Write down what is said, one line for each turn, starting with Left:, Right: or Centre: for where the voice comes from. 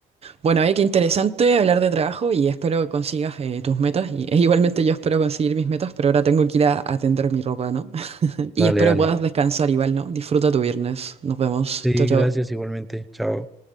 Right: Bueno, oye, qué interesante hablar de trabajo y espero que consigas eh, tus metas. Y, e igualmente yo espero conseguir mis metas, pero ahora tengo que ir a atender mi ropa, ¿no? <laughs>
Centre: Dale,
Right: Y espero
Centre: dale.
Right: puedas descansar igual, ¿no? Disfruta tu viernes. Nos vemos.
Centre: Sí,
Right: Chao, chao.
Centre: gracias igualmente. Chao.